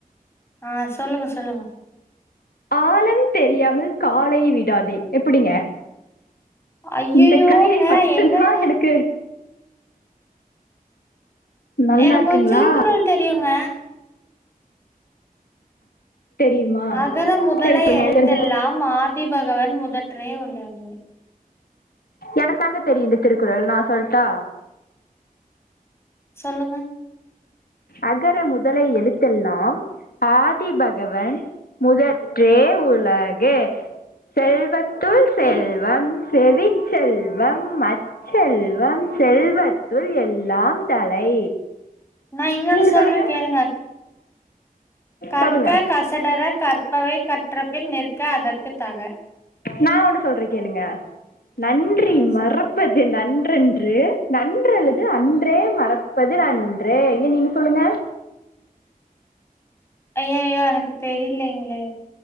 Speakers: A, on the left (about 15°); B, on the left (about 80°).
A: அ சொல்லுங்க சொல்லுங்க
B: ஆழம் தெரியாமல் காலை விடாதே எப்டிங்க
A: ஐயையோங்க
B: இந்த கவிதை மட்டு
A: எங்கங்க
B: தா எனக்கு நல்லா
A: எனக்கு
B: இருக்குங்களா
A: ஒரு திருக்குறள் தெரியுங்க
B: தெரியுமா
A: அகர முதல
B: சேரி <unintelligible>
A: எழுத்தெல்லாம் ஆதிபகவன் முதற்றே உலகு
B: எனக்கு வந்து தெரியுது திருக்குறள் நா சொல்லட்டா
A: சொல்லுங்க
B: அகர முதல எழுத்தெல்லா ஆதிபகவன் முதற்றே உலகு செல்வத் துள் செல்வம்
A: இ
B: செவிச்செல்வம் அச் செல்வம் செல்வத்துள் எல்லாம் தலை
A: நா இன்னொன்னு
B: நீங்க
A: சொல்றே
B: சொல்லுங்க
A: கேளுங்க கற்க
B: சொல்லுங்க
A: கசடற கற்பவை கற்றபின் நிற்க அதற்கு தக
B: நா ஒண்ணு சொல்றே கேளுங்க நன்றி
A: ஆ
B: மறப்
A: சொல்லு
B: ப்பது நன்றென்று நன்றல்லது அன்றே மறப்பது நன்றே நீங்க சொல்லுங்க
A: ஐய்ஐய்யோ எனக்கு தெரியலைங்களே